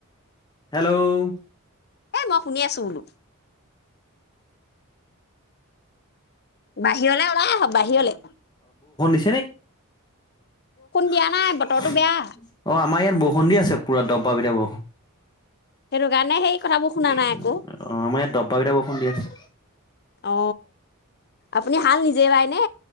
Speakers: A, on the left (about 20°); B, on the left (about 50°).
A: হেল্ল'!
B: এ! মই শুনি আছো বোলো। বাহিৰলৈ ওলাই আহক, বাহিৰলৈ।
A: নি <unintelligible>
B: দিয়া নাই বতৰটো বেয়া
A: অ' আমাৰ ইয়াত বৰষুণ দি আছে পুৰা। দবা পিতা বৰষুণ।
B: সেইটোকাৰণে সেই
A: অ'
B: কথাবোৰ শুনা নাই আকৌ
A: আমাৰ ইয়াত দব্বাবপিটা বৰষুণ দি আছে।
B: অ! আপুনি হাল নিজে বাই নে